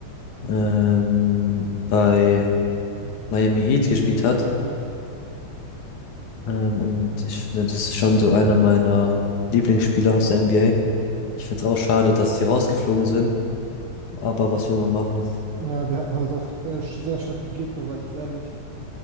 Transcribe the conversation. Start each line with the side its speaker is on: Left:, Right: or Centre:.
Left: ähm, bei Miami Heat gespielt hat.
Right: Ja,
Left: Ähm, und ich finde, das ist schon so einer meiner Lieblingsspieler aus der NBA. Ich finde es auch schade, dass die rausgeflogen sind. Aber was will man machen?
Right: ja die hatten halt auch äh, sch- sehr starke Gegner, sage ich ehrlich.